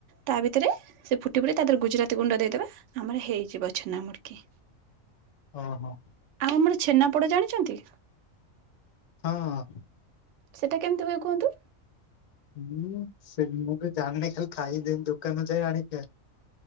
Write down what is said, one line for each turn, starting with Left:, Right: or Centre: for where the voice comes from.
Right: ତା ଭିତରେ ସେ ଫୁଟି ଫୁଟ ତାଦେହରେ ଗୁଜୁରାତି ଗୁଣ୍ଡ ଦେଇଦେବେ ଆମର ହେଇଯିବ ଛେନାମୁଡ଼କି।
Left: ଓହୋ।
Right: ଆଉ ଆମର ଛେନାପୋଡ଼ ଜାଣିଚନ୍ତି?
Left: ହଁ ହଁ।
Right: ସେଇଟା କେମିତି ହୁଏ କୁହନ୍ତୁ?
Left: ମୁଁ ସେଟାବି ଜାଣିନି ଖାଲି ଖାଇଦେନି ଦୋକାନରୁ ଯାଇଁ ଆଣିଖାଏ।